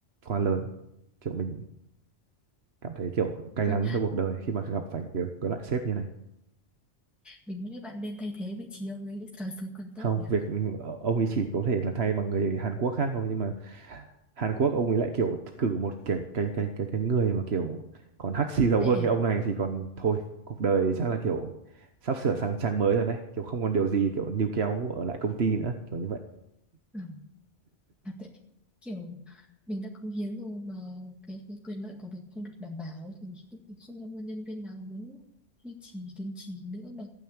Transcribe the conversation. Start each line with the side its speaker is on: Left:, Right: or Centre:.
Right: quá lớn kiểu mình cảm thấy kiểu cay
Centre: thôi
Right: đắng trong cuộc đời khi mà gặp phải cái, cái loại sếp như này
Centre: mình nghĩ bạn nên thay thế vị trí ông ấy càng sớm càng tốt
Right: không
Centre: nhỉ
Right: việc ừ, ông ấy chỉ có thể là thay bằng người Hàn Quốc khác thôi nhưng mà Hàn Quốc ông ấy lại kiểu cử một cái cái cái cái cái người mà kiểu còn hắc xì dầu
Centre: tệ
Right: hơn
Centre: à?
Right: cái ông này thì còn thôi cuộc đời chắc là kiểu sắp sửa sang trang mới rồi đấy kiểu không còn điều gì kiểu níu kéo ở lại công ty nữa kiểu như vậy
Centre: Ừ. À, tại kiểu mình đã cống hiến rồi mà cái, cái quyền lợi của mình không được đảm bảo thì cũng không có một nhân viên nào muốn duy trì kiên trì nữa mà